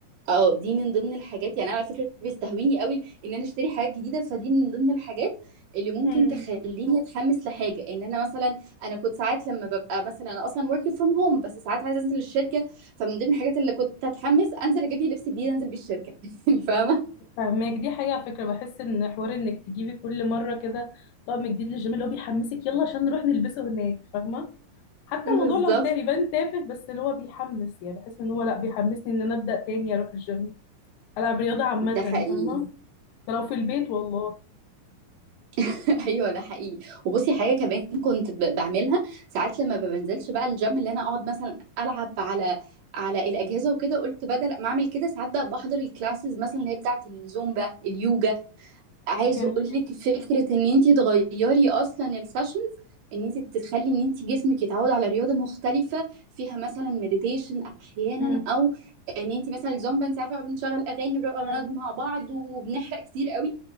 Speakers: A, on the right (about 60°); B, on the left (about 80°).
A: اه دي من ضمن الحاجات يعني انا على فكره بيستهويني قوي ان انا اشتري حاجات جديده فدي من ضمن الحاجات اللي ممكن
B: مم.
A: تخليني اتحمس لحاجه ان انا مثلا انا كنت ساعات لما ببقى مثلا انا اصلا working from home بس ساعات عايزه انزل الشركه فمن ضمن الحاجات اللي كنت اتحمس انزل اجيب لي لبس جديد انزل بيه الشركه <laughs> يعني فاهمه
B: فهماك دي حقيقة على فكرة بحس إن حوار إنك تجيبي كل مرة كده طقم جديد للجيم اللي هو بيحمسك يلا عشان نروح نلبسه هناك فاهمة حتى
A: بالظبط
B: الموضوع لو تا- يبان تافه بس اللي هو بيحمس يعني بحس إن هو لأ بيحمسني إن أنا أبدأ تاني أروح الجيم ألعب رياضة عامة
A: ده حقيقي
B: فاهمة ده لو في البيت والله
A: <laughs> ايوه ده حقيقي وبصي حاجه كمان كنت ب- بعملها ساعات لما ما بنزلش بقى الجيم اللي انا اقعد مثلا العب على على الاجهزه وكده قلت بدل ما اعمل كده ساعات بقى بحضر الكلاسز مثلا اللي هي بتاعه الزومبا اليوجا عايزه
B: جميل
A: اقول لك فكره ان انت تغيري اصلا السيشنز ان انت تخلي ان انت جسمك يتعود على رياضه مختلفه فيها مثلا مديتيشن احيانا
B: امم
A: او ان انت مثلا الزومبا انت عارفه بقى بنشغل اغاني بنبقى بنقعد
B: امم
A: مع بعض وبنحرق كتير قوي